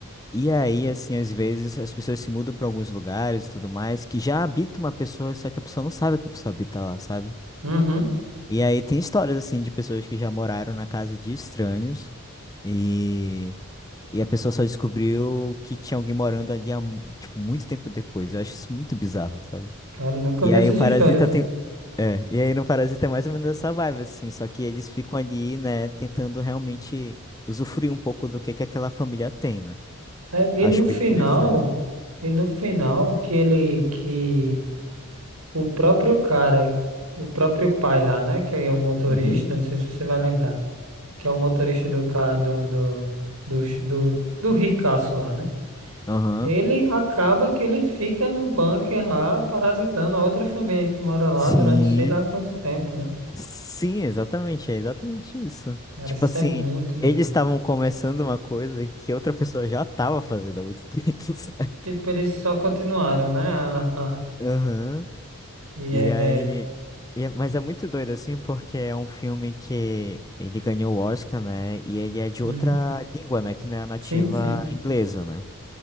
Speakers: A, on the left; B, on the right.
A: E aí,
B: É.
A: assim, às vezes as pessoas se mudam para alguns lugares e tudo mais, que já habita uma pessoa, só que a pessoa não sabe que a pessoa habita lá, sabe?
B: Uhum.
A: E aí tem histórias assim de pessoas que já moraram na casa de estranhos e, e a pessoa só descobriu que tinha alguém morando ali há, mu- tipo, muito tempo depois. Eu acho isso muito bizarro, sabe?
B: Cara, nunca
A: E
B: vi
A: aí
B: essas
A: o Parasita
B: histórias assim.
A: tem. É, e aí no Parasita é mais ou menos essa vibe, assim, só que eles ficam ali, né, tentando realmente usufruir um pouco do que que aquela família tem, né?
B: É,
A: Acho
B: e no final,
A: bem interessante.
B: e no final, que ele, que o próprio cara, o próprio pai lá, né? Que é o motorista,
A: Uhum.
B: não sei se você vai lembrar. que é o motorista do carro do, do, do, ch- do, do ricaço lá, né?
A: Aham.
B: Ele acaba que ele fica no bunker lá, parasitando a outra família que mora lá
A: Sim.
B: durante sei lá quanto tempo, né?
A: Sim, exatamente, é exatamente isso.
B: Cara,
A: Tipo
B: isso
A: assim,
B: é muito doido.
A: eles estavam começando uma coisa que outra pessoa já estava fazendo há muito <laughs> tempo. sabe?
B: Tipo, eles só continuaram, né? Ah, ah.
A: Aham.
B: E
A: E
B: é,
A: aí.
B: é...
A: e é- mas é muito doido, assim, porque é um filme que ele ganhou o Oscar, né? E ele é de
B: Uhum.
A: outra língua, né? Que não é a nativa
B: Sim, sim.
A: inglesa, né?